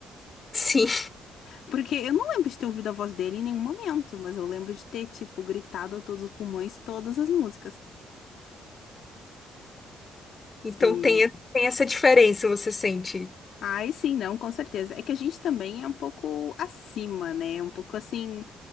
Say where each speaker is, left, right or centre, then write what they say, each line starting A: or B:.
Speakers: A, on the left; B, on the left.
A: Sim.
B: Porque eu não lembro de ter ouvido a voz dele em nenhum momento, mas eu lembro de ter, tipo, gritado a todos os pulmões todas as músicas.
A: Então
B: E
A: tem, tem essa diferença, você sente.
B: Ai, sim, não, com certeza. É que a gente também é um pouco acima, né? Um pouco assim,